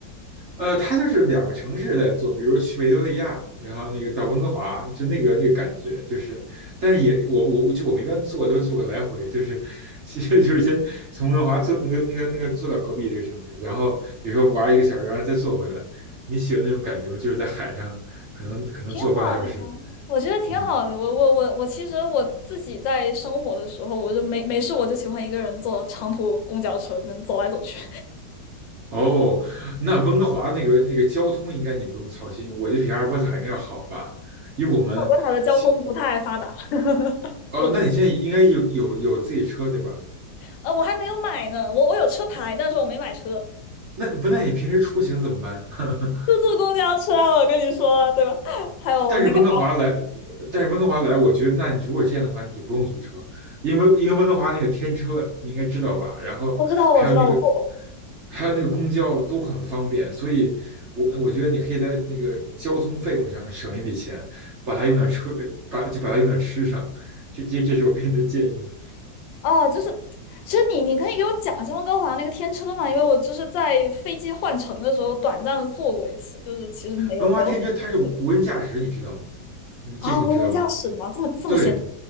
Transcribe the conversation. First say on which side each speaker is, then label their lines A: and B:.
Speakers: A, on the right; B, on the left.
A: 呃，它就是两个城市在做，比如说去维多利亚，然后那个到温哥华，就那个那个感觉，就是，但是也我我我就我们一般坐都是坐个来回，就是其实就是先从温哥华坐那个那个那个坐到隔壁的一个城市，然后比如说玩一个小时，然后再坐回来。你喜欢那种感觉吗？就是在海上，可能可能坐半个小时。
B: 挺好的呀，我觉得挺好的。
A: 嗯，
B: 我我我我，其实我自己在生活的时候，我就没没事，我就喜欢一个人坐长途公交车，能走来走去。
A: 哦，那温哥华那个那个交通应该你不用操心，我觉得比阿尔伯塔应该要好吧，因为我们其
B: <laughs> 我国塔的交通不太发达，<laughs>
A: 哦，
B: 我真
A: 那你现在应该有有有自己车对吧？
B: 呃，我还没有买呢。我我有车牌，但是我没买车，
A: 那不，那你平时出行怎么办？<laughs>
B: 就坐公交车啊。我跟你说了，对吧？<laughs> 还有那个，
A: 但是温哥华来，但是温哥华来，我觉得，那你如果这样的话，你就不用租车，因为因为温哥华那个天车你应该知道吧？然后还有那个
B: 我知道，我知道，我坐过。
A: 还有那个公交都很方便，所以我我觉得你可以在那个交通费用上省一笔钱，把它用到车，把就把它用到吃上。这这这是我给你的建议。
B: 哦，就是，其实你你可以给我讲一下温哥华那个天车嘛，因为我就是在飞机换乘的时候短暂的坐过一次，就是其实没有没有。
A: 温哥华天车它是无人驾驶，
B: 特别。
A: 你知道吗？嗯，这个你知道吗？
B: 啊，无人驾驶的吗？这么这么闲？
A: 对，